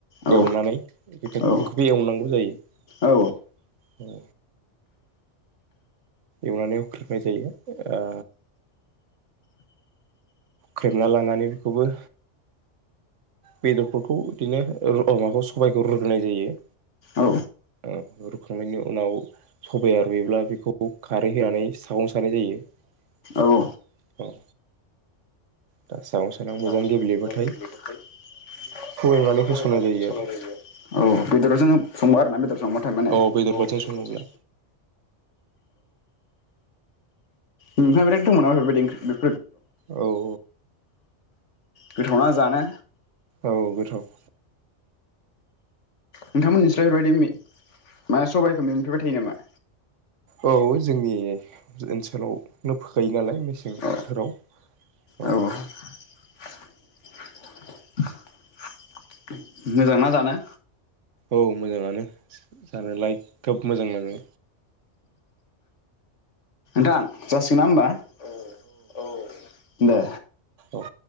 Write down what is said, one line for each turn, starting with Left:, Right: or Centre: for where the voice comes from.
Left: औ
Right: एवनानै बेखौबो
Left: औ
Right: एवनांगौ जायो
Left: औ
Right: एवनानै हुख्रेबनाय जायो ओ ख्रेबना लानानै बेखौबो बेदरफोरखौ बिदिनो माखौ सबाइखौ रुग्रोनाय जायो
Left: औ
Right: औ रुखांनायनि उनाव सबाया रुयोब्ला बेखौ खारै होनानै सागं सारनाय जायो
Left: औ
Right: दा सागं सानायाव मोजां
Left: ओम
Right: गेब्लेबाथाय
Left: बेदरखौ
Right: एवनानै होसननाय
Left: एवनानै
Right: जायो
Left: संबा
Right: आरो
Left: औ बेदरजों संबा आरोना बेदर संबाथाय माने
Right: औ बेदरफोरजों
Left: और
Right: सङोब्ला
Left: औ ओमफाय माने
Right: औ औ
Left: गोथावना जानो
Right: औ गोथाव
Left: नोंथांमोननिस्राय एबायदि माने सबाइखौ मोनफैबाय थायो नामा
Right: औ जोंनि ओनसोलावनो फोखायो नालाय मेसें
Left: औ
Right: <unintelligible>
Left: औ <inaudible> मोजांना जानो
Right: औ मोजाङानो जानायलाय खोब मोजां लाङो
Left: <unintelligible> जासिगोना होमबा औ औ दे
Right: औ